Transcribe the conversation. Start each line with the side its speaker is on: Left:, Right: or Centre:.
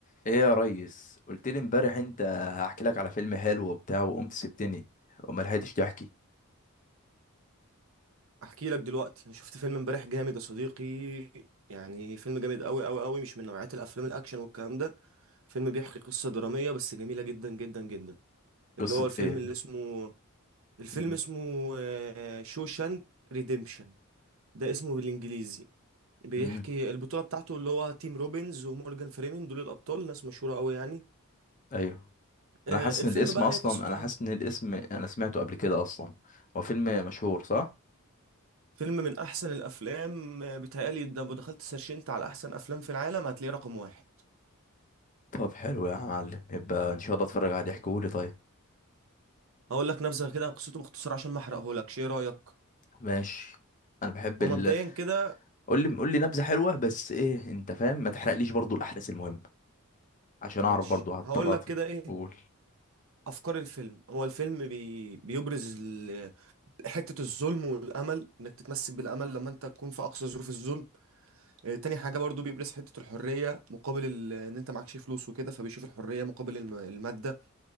Left: ايه يا ريس قلت لي امبارح انت هحكي لك على فيلم حلو وبتاع وقمت سبتني وما لحقتش تحكي
Right: احكي لك دلوقتي انا شفت فيلم امبارح جامد يا صديقي يعني فيلم جامد قوي قوي قوي مش من نوعية الافلام الاكشن والكلام ده فيلم بيحكي قصة درامية بس جميلة جدا جدا جدا اللي
Left: قصة
Right: هو الفيلم
Left: ايه
Right: اللي اسمه الفيلم
Left: مم.
Right: اسمه آه، شوشانك ريديمشن ده اسمه بالانجليزي بيحكي
Left: مم.
Right: البطولة بتاعته اللي هو تيم روبنز ومورجان فريمن دول الابطال ناس مشهورة قوي يعني
Left: ايوه
Right: آه،
Left: انا حاسس
Right: الفيلم
Left: ان الاسم
Right: بقى
Left: اصلا
Right: ايه قصته
Left: انا حاسس ان الاسم انا سمعته قبل كده اصلا هو فيلم مشهور صح
Right: فيلم من احسن الافلام آه، بيتهيألي ده لو دخلت سيرشنت على احسن افلام في العالم هتلاقيه رقم واحد
Left: طب حلو يا معلم يبقى ان شاء الله اتفرج عليه احكيهولي طيب
Right: هقول لك نبذه كده عن قصته باختصار عشان ما احرقهولكش ايه رايك
Left: ماشي انا بحب
Right: هو
Left: ال
Right: مبدئيا كده
Left: قول لي قول لي نبذة حلوة بس ايه انت فاهم ما تحرقليش برضو الاحداث المهمة عشان
Right: ماشي
Left: اعرف برضو هضطر
Right: هقول لك
Left: أط-
Right: كده ايه
Left: اقول
Right: افكار الفيلم هو الفيلم بي... بيبرز ال... حته الظلم والامل انك تتمسك بالامل لما انت تكون في اقصى ظروف الظلم آه، تاني حاجه برضو بيبرز حته الحريه مقابل ال... ان انت معكش فلوس وكده فبيشوف الحريه مقابل الم... الماده